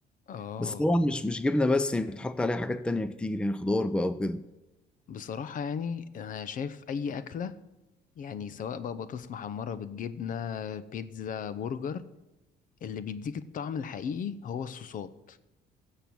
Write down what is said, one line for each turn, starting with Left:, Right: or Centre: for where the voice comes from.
Left: اه
Centre: بس طبعا مش مش جبنة بس يعني بتحط عليها حاجات تانية كتير يعني خضار بقى وكده
Left: بصراحة يعني أنا شايف أي أكلة يعني سواء بقى بطاطس محمرة بالجبنة بيتزا برجر اللي بيديك الطعم الحقيقي هو الصوصات